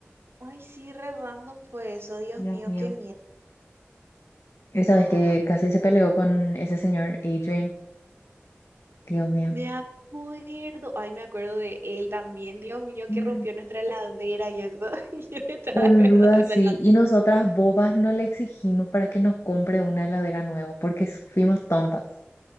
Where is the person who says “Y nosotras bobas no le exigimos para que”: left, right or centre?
Left